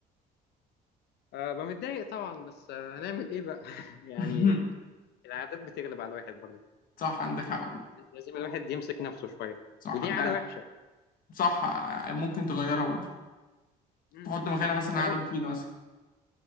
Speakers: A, on the left (about 75°); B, on the left (about 55°).
A: أه ببقى متضايق طبعا بس آه، هنعمل ايه بقى <laughs> يعني
B: <laughs>
A: العادات بتغلب على الواحد برضه
B: صح عندك حق والله
A: لازم الواحد يمسك نفسه شويه
B: صح
A: ودي
B: ده
A: عاده وحشه
B: صح ممكن تغيرها برضه
A: امم
B: تحط مكانها مثلا
A: يا
B: عادة
A: رب
B: مفيدة مثلا